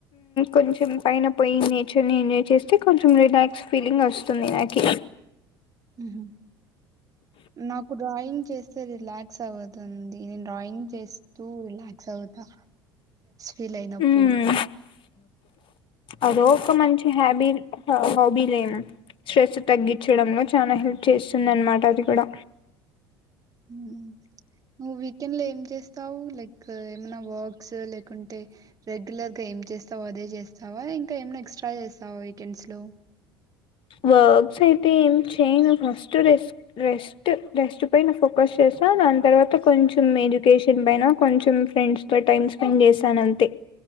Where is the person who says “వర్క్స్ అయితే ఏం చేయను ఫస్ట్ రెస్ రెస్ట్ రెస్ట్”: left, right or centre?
Left